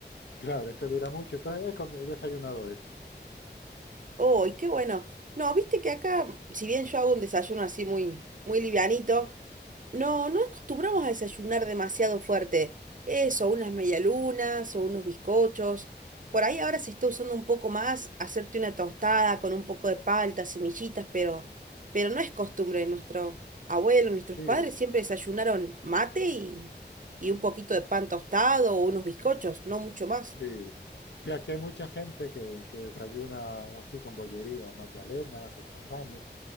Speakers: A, on the left; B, on the right.
A: claro, este dura mucho. Entonces he comi- he desayunado eso.
B: Oh, y qué bueno. No, viste que acá, si bien yo hago un desayuno así muy, muy livianito, no, no acostumbramos a desayunar demasiado fuerte. Eso, unas medialunas o unos bizcochos. Por ahí ahora se está usando un poco más hacerte una tostada con un poco de palta, semillitas, pero, pero no es costumbre. Nuestro abuelo, nuestros
A: Sí,
B: padres siempre desayunaron mate y, y un poquito de pan tostado o unos bizcochos, no mucho más.
A: Sí, sí, aquí hay mucha gente que, que desayuna así con bollería, magdalenas o croissants.